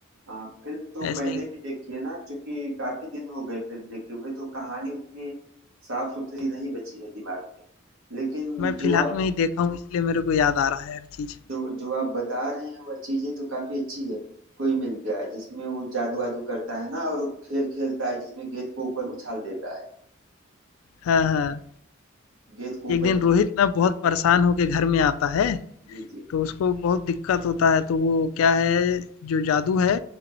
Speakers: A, on the right; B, on the left.
A: हाँ फिल्म तो
B: ऐसा
A: मैंने
B: ही।
A: भी देखी है ना क्योंकि काफी दिन हो गए फिल्म देखे हुए तो कहानी उतनी साफ सुथरी नहीं बची है दिमाग में लेकिन
B: मैं
A: जो
B: फिलहाल
A: आ,
B: में ही देखा हूँ इसलिए मेरे को याद आ रहा है हर चीज़।
A: जो जो आप बता रहे हैं वह चीजें तो काफी अच्छी है कोई मिल गया है, जिसमें वो जादू वादू करता है ना और वो खेल खेलता है जिसमें गेंद को ऊपर उछाल देता है
B: हाँ, हाँ।
A: गेंद को ऊपर
B: एक दिन रोहित ना बहुत परेशान होके घर में आता है
A: जी जी
B: तो उसको बहुत दिक्कत होता है तो वो क्या है जो जादू है